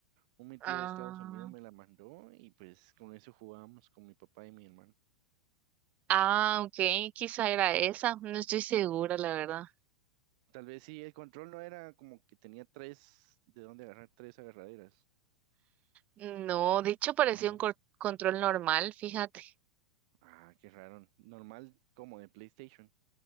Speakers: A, on the right; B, on the right.
A: Un mi tío
B: Ah,
A: de Estados Unidos me la mandó y pues con eso jugábamos con mi papá y mi hermano.
B: ah, ah, ok, quizá era esa, no estoy segura, la verdad.
A: Tal vez sí, el control no era como que tenía tres, de dónde agarrar tres agarraderas.
B: No, de hecho parecía
A: No.
B: un cor- control normal, fíjate.
A: Ah, qué raro. Normal como de PlayStation.